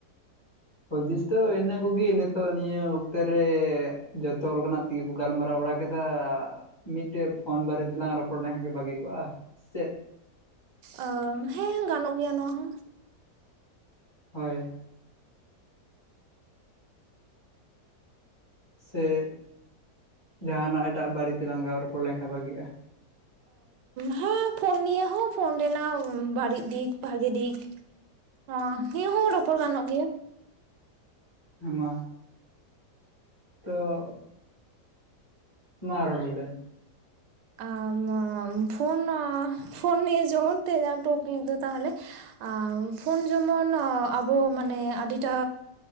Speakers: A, on the left; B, on the right.
A: ᱦᱩᱫᱤᱥ ᱫᱚ ᱤᱱᱟᱹ ᱠᱚᱜᱮ ᱱᱤᱛᱚᱜ ᱱᱤᱭᱟᱹ ᱚᱠᱛᱮ ᱨᱮ ᱡᱚᱛᱚ ᱞᱮᱠᱟᱱᱟᱜ᱾ ᱛᱤ ᱠᱚ ᱜᱟᱞᱢᱟᱨᱟᱣ ᱵᱟᱲᱟ ᱠᱮᱫᱟ ᱾ ᱢᱤᱫᱴᱮᱡ ᱯᱷᱳᱱ ᱵᱟᱨᱮᱛᱮᱞᱟᱝ ᱨᱚᱯᱚᱲ ᱞᱮᱱᱠᱷᱟᱱ ᱜᱮ ᱵᱷᱟᱹᱜᱤ ᱠᱚᱜᱼᱟ, ᱥᱮ ᱪᱮᱫ?
B: ᱚ ᱦᱮᱸ ᱜᱟᱱᱚᱜ ᱜᱮᱭᱟ ᱱᱚᱣᱟ ᱦᱚᱸ ᱾
A: ᱦᱳᱭ, ᱥᱮ ᱡᱟᱦᱟᱱᱟᱜ ᱮᱴᱟᱜ ᱵᱟᱹᱲᱤᱡ ᱛᱮᱞᱟᱝ ᱨᱚᱯᱚᱲ ᱞᱮᱱᱠᱷᱟᱱ ᱵᱷᱟᱜᱤᱜᱼᱟ?
B: ᱦᱮᱸ ᱯᱷᱳᱱ ᱱᱤᱭᱮ ᱦᱚᱸ ᱯᱷᱳᱱ ᱨᱮᱱᱟᱜ ᱵᱟᱹᱲᱤᱡ ᱫᱤᱠ ᱵᱷᱟᱜᱮ ᱫᱤᱠ ᱾ ᱚ ᱱᱤᱭᱟᱹ ᱦᱚᱸ ᱨᱚᱯᱚᱲ ᱜᱟᱱᱚᱜ ᱜᱮᱭᱟ ᱾
A: ᱢᱟ ᱛᱚ ᱢᱟ ᱨᱚᱬ ᱞᱮᱵᱮᱱ,
B: ᱟ ᱯᱷᱳᱱ ᱯᱷᱳᱱ ᱱᱤᱭᱮ ᱡᱮᱢᱚᱱ ᱛᱮ ᱛᱮᱦᱮᱧᱟᱜ ᱴᱚᱯᱤᱠ ᱫᱚ ᱛᱟᱦᱚᱞᱮ ᱟ ᱯᱷᱳᱱ ᱡᱮᱢᱚᱱ ᱟᱵᱚ ᱢᱟᱱᱮ ᱟᱹᱰᱤᱴᱟ